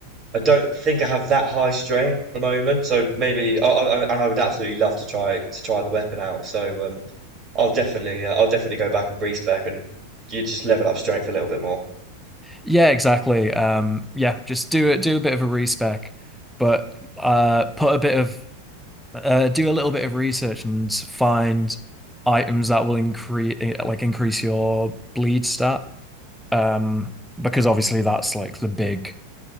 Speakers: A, on the right (about 30°); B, in the centre.
A: I don't think I have that high strain at the moment. So maybe. I, I, I- and I would absolutely love to try to try the weapon out. So um. I'll definitely. Uh, I'll definitely go back and respec and you just level up strength a little bit more.
B: Yeah, exactly. Um, yeah, just do it. Do a bit of a respec, but uh, put a bit of uh, do a little bit of research and find items that will increase like increase your bleed stat. Um, because obviously that's like the big